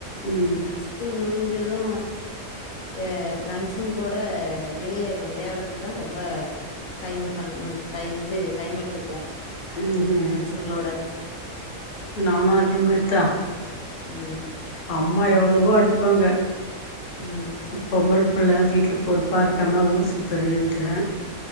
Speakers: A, on the left; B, on the left.
A: ம்
B: ஸ்கூல் முடிஞ்சது எ ஃப்ரெண்ட்ஸ்ங்க கூட வெளியே வெளையாட்றதுக்குதா ரொம்ப டைம் பண் ம் டைம் இது டைம் எடுத்துக்குவோ
A: ம் ம்
B: உங்களோட
A: நானு அதே மாரிதா
B: ம்
A: அம்மா எவ்ளவோ அடிப்பாங்க
B: ம்
A: நீ பொம்பள புள்ள வீட்டுல பொறுப்பா இருக்காம ஊர் சுத்துரியேன்டு